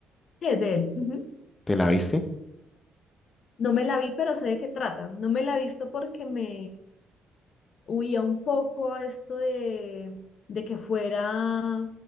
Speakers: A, on the left; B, on the left.
A: Sí, es de él. ujú.
B: ¿Te la viste?
A: No me la vi, pero sé de qué trata. No me la he visto porque me, huía un poco a esto de, de que fuera